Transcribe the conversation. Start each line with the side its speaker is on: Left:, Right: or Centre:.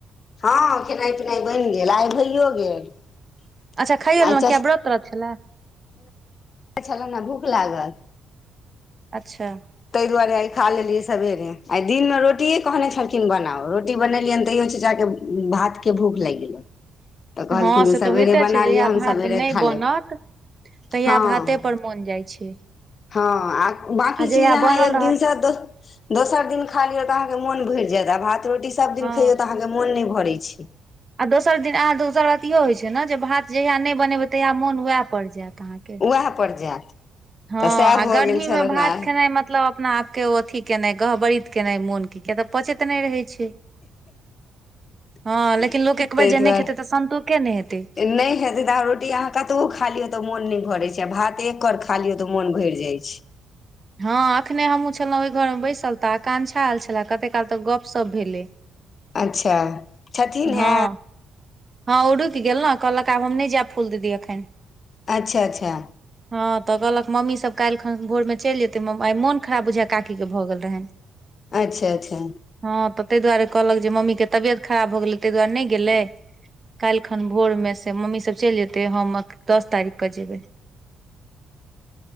Left: हँ खेनाइ पिनाइ बैन गेल खेलाइ भइयो गेल
Right: अच्छा खाइयो लेलहुँ किया व्रत त्रत छलए
Left: छल भूख लागल
Right: अच्छा
Left: तै दुआरे आइ खा लेलियै सबेरे आइ दिनमे रोटिए कहने छलखिन बनाउ रोटी बनेलियनि तैयो चचाके भात के भूख लैग गेलो तऽ कहलखिन
Right: हँ से
Left: जे
Right: तऽ
Left: सवेरे
Right: होइते छै
Left: बना
Right: जहिया
Left: लिअ हम
Right: भात
Left: सवेरे
Right: नहि
Left: खा
Right: बनत
Left: लेब
Right: तहिया
Left: हँ
Right: भाते पर मोन जाइ छै
Left: हँ आ बाकी
Right: आ जहिया
Left: चीज अहाँ
Right: बनल
Left: एक
Right: रहत
Left: दिनसँ दोस दोसर दिन खा लियौ त अहाँके मोन भरि जायत आ भात रोटी सभ दिन
Right: हँ
Left: खइयौ तऽ अहाँके मन नहि भरै छै
Right: आ दोसर दिन अहाँ दोसर बात इहो होइ छै ने जे भात जहिया नहि बनेबै तहिया मोन वएह पर जायत अहाँके
Left: वएह पर जायत
Right: हँ
Left: तऽ सएह
Right: आ
Left: भऽ
Right: गर्मी
Left: गेल छलनि
Right: मे भात
Left: आइ
Right: खेनाइ मतलब अपना आपके अथी केनाइ गहबरीत केनाइ मोनके किया तऽ पचैत नहि रहै छै
Left: <inaudible>
Right: हँ लेकिन लोक एक बेर
Left: तै
Right: जे
Left: दुआरे
Right: नहि खेतै तऽ संन्तोषे नहि हेतै
Left: नहि हेते तऽ अहां रोटी अहाँ कटबो खालीयौ त' तऽ मोन नहि भरै छै आ भात एक कर खा लियौ तऽ मोन भैर जाइ छै
Right: हँ एखने हमहूँ छलहुँ ओहि घरमे बैसल तऽ आकांक्षा आयल छलए कतेक काल तऽ गपशप भेलै
Left: अच्छा छथिन
Right: हँ
Left: हे
Right: हँ ओ रुकि गेल ने कहलक आब हम नहि जायब फूल दीदी एखन
Left: अच्छा अच्छा
Right: हँ तऽ कहलक मम्मीसभ काल्हि खन भोरमे चलि जेतै मम्म आ मोन खराब बुझाय काकीक के भऽ गेल रहैन
Left: अच्छा अच्छा
Right: हँ तऽ ताहि दुआरे कहलक जे मम्मी के तबियत खराब भ गेलै ताहि दुआरे नहि गेलै काल्हि खन भोरमे से मम्मीसभ चलि जेतै हम दस तारीखकेँ जेबै
Left: <inaudible>